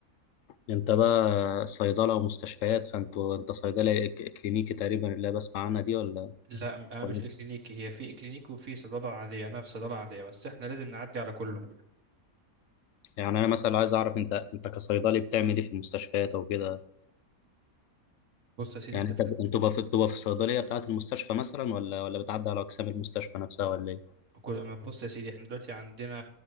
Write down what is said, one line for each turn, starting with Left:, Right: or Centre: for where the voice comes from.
Left: أنت بقى صيدلة ومستشفيات فأنتوا أنت صيدلة ك- كلينيكي تقريبا اللي أنا بسمع عنها دي ولا
Right: لا أنا
Left: ولا-
Right: مش
Left: إيه؟
Right: إكلينيكي هي في إكلينيكي وفي صيدلة عادية أنا في صيدلة عادية بس إحنا لازم نعدي على كله
Left: يعني أنا مثلا عايز أعرف أنت أنت كصيدلي بتعمل إيه في المستشفيات أو كده
Right: بص يا سيدي
Left: يعني
Right: أنت في
Left: طب
Right: ال-
Left: انتوا بقى في بتبقى في الصيدليه بتاعه المستشفى مثلا ولا ولا بتعدي على اقسام المستشفى نفسها ولا ايه؟
Right: كل- ما بص يا سيدي إحنا دلوقتي عندنا